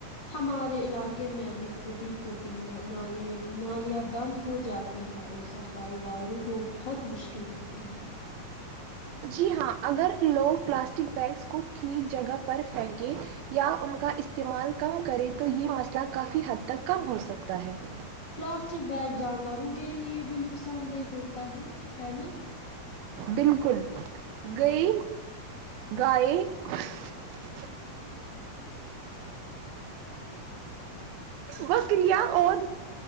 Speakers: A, on the left; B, on the right.
A: ہمارے علاقے میں بھی کبھی کبھی نالی نالیاں بند ہو جاتی ہے اور صفائی والوں کو بہت مشکل ہوتی ہے <unintelligible>
B: جی ہاں اگر لوگ پلاسٹک بیگس کو ٹھیک جگہ پر پھینکے یا ان کا استعمال کم کرے تو یہ مسئلہ کافی حد تک کم ہو سکتا ہے <unintelligible>
A: پلاسٹک بیگ جانوروں کے لیے بھی نقصان دہ ہوتا ہے ہے نا <unintelligible>
B: بالکل گئی گائے <unintelligible> بکریا اور